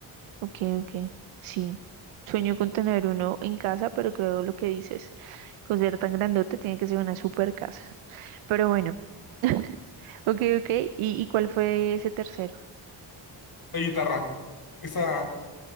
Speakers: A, on the right (about 80°); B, on the left (about 45°).
A: ok, ok. Sí. Sueño con tener uno en casa, pero creo lo que dices, con ser tan grandote tiene que ser una super casa. Pero bueno. <laughs> Ok, ok. ¿Y, y cuál fue ese tercero?
B: La guitarra, esa,